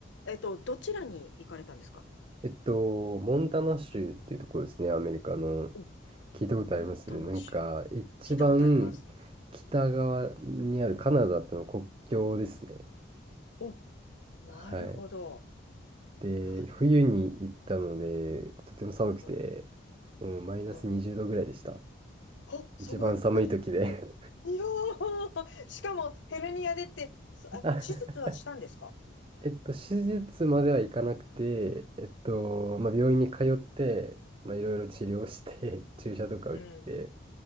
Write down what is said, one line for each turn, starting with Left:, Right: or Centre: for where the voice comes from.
Left: えっと、どちらに行かれたんですか
Right: えっと、モンタナ州っていうところですね、アメリカの。
Left: お、
Right: 聞いたことありますね。
Left: モンタナ州。
Right: なんか、一番北側にあるカナダとの国境ですね。
Left: 聞いたことあります。うん。お、なるほど。
Right: はい。で、
Left: なるほど。
Right: 冬に行ったので、とても寒くて、
Left: うん。
Right: もうマイナス20度ぐらいでした。
Left: うん。あ、寒い。
Right: 一番寒い時で
Left: うんうんいやー、<laughs> しかもヘルニアでって、そあ、
Right: <laughs> あ
Left: 手術はしたんですか
Right: えっと、手術まではいかなくて、えっと、まあ、病院に通って、まあ、いろいろ治療して
Left: うん。
Right: <laughs> 注射とか打って、
Left: うん